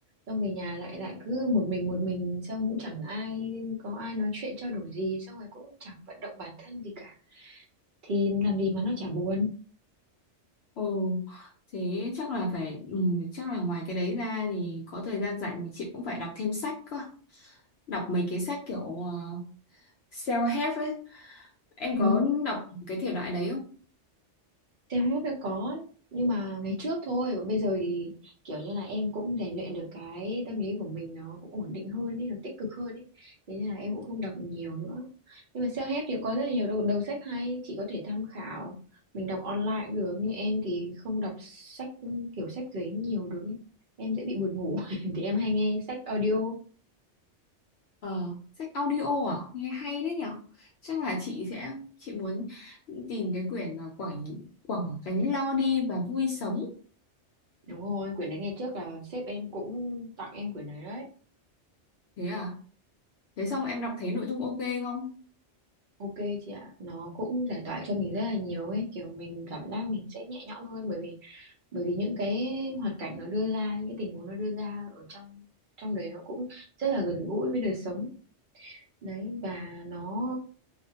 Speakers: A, on the right; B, on the left.
A: xong về nhà lại lại cứ một mình một mình xong cũng chẳng ai có ai nói chuyện trao đổi gì xong rồi cũng chẳng vận động bản thân gì cả thì làm gì mà nó chả buồn
B: Ồ thế chắc là phải ừ, Chắc là ngoài cái đấy ra thì Có thời gian rảnh chị cũng phải đọc thêm sách cơ Đọc mấy cái sách kiểu ờ, Self-help ấy Em
A: ừ.
B: có đọc cái thể loại đấy không?
A: Theo hết là có nhưng mà ngày trước thôi còn bây giờ thì kiểu như là em cũng rèn luyện được cái tâm lý của mình nó cũng ổn định hơn ấy nó tích cực hơn ấy thế nên là em cũng không đọc nhiều nữa nhưng mà self-help thì cũng có rất là nhiều đầu, đầu sách hay chị có thể tham khảo mình đọc online cũng được nhưng em thì không đọc sách kiểu sách giấy nhiều được ấy em dễ bị buồn ngủ <laughs> thì em hay nghe sách audio
B: Ờ, sách audio à? Nghe hay đấy nhở? Chắc là chị sẽ chị muốn tìm cái quyển mà Quảng Quảng Gánh Lo Đi và Vui Sống.
A: đúng rồi quyển đấy ngày trước là sếp em cũng tặng em quyển đấy đấy
B: Thế à? Thế xong em đọc thấy nội dung ok không?
A: Ok chị ạ, nó cũng giải tỏa cho mình rất là nhiều ấy, kiểu mình cảm giác mình sẽ nhẹ nhõm hơn bởi vì bởi vì những cái hoạt cảnh nó đưa ra, những cái tình huống nó đưa ra ở trong trong đấy nó cũng rất là gần gũi với đời sống đấy và nó